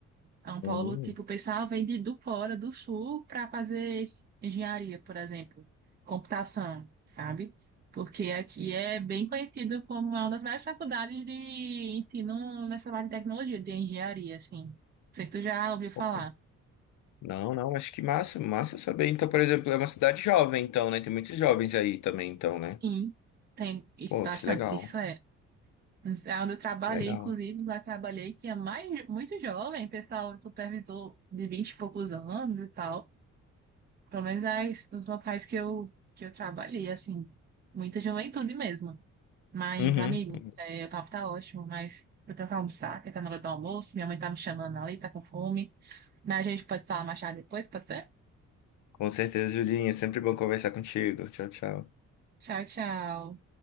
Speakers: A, on the right; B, on the left.
A: São Paulo,
B: Uhum.
A: tipo, o pessoal vem de, do fora, do sul, para fazer engenharia, por exemplo, computação, sabe? Porque aqui é bem conhecido como é uma das melhores faculdades de ensino nessa área de tecnologia, de engenharia, assim. Não sei se tu já ouviu falar.
B: Ok. Não, não, acho que massa, massa saber. Então, por exemplo, é uma cidade jovem, então, né? Tem muitos jovens aí também, então,
A: Sim,
B: né?
A: tem isso
B: Pô,
A: bastante,
B: que legal,
A: isso é. É onde eu trabalhei,
B: que legal.
A: inclusive, lá eu trabalhei que é mais, muito jovem, pessoal, supervisor de 20 e poucos anos e tal. Pelo menos as, os locais que eu, que eu trabalhei, assim, muita juventude mesmo. Mas,
B: Uhum.
A: amigo,
B: uhum.
A: é, o papo tá ótimo, mas eu tenho que almoçar, que tá na hora do almoço, minha mãe tá me chamando ali, tá com fome. Mas a gente pode falar mais tarde depois, pode ser?
B: Com certeza, Julinha, sempre bom conversar contigo. Tchau, tchau.
A: Tchau, tchau.